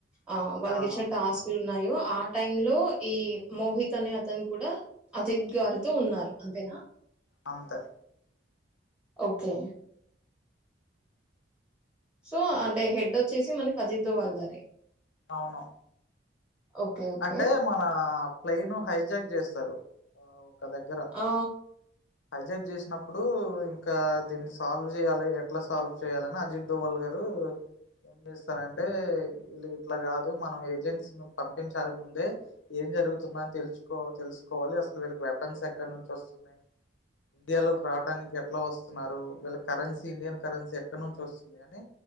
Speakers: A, in the centre; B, on the left.
A: ఆ వాళ్ళకిచ్చిన
B: అవును
A: టాస్క్ లు ఉన్నాయో ఆ టైం లో ఈ మోహిత్ అనే అతను కూడా అజిత్ గారితో ఉన్నారు అంతేనా
B: అంతె
A: ఓకే సో అంటే హెడ్ వచ్చేసి మనకి అజిత్ దోవా గారే
B: అవును
A: ఓకే. ఓకే.
B: అంటే మన ప్లైన్ హైజాక్ చేస్తారు ఒక దగ్గర
A: ఆ
B: హైజాక్ చేసినప్పుడు ఇంకా దీన్ని సాల్వ్ చేయాలి ఎట్లా సాల్వ్ చేయాలని అజిత్ డోవల్ గారు ఏం చేస్తారంటే ఇళ్ళు ఇట్లా కాదు మనం ఏజెన్సీ పంపించాలి ముందే ఏం జరుగుతుంద అని తెలుసుకో తెలుసుకోవాలి అసలు వీళ్ళకి వెపన్స్ ఎక్కడ నుంచి వస్తున్నాయి ఇండియాలోకి రావడానికి ఎట్లా వస్తున్నారు వీళ్ళ కరెన్సీ ఇండియన్ కరెన్సీ ఎక్కడి నుంచి వస్తుంది అని